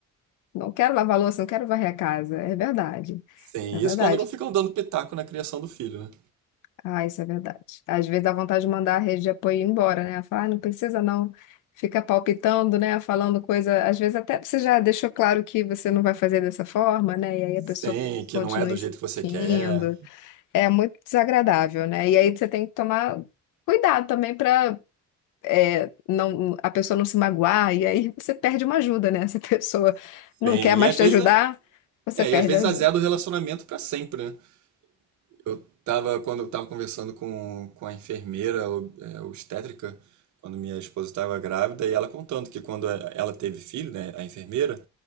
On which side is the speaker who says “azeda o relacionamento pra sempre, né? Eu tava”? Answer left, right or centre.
Right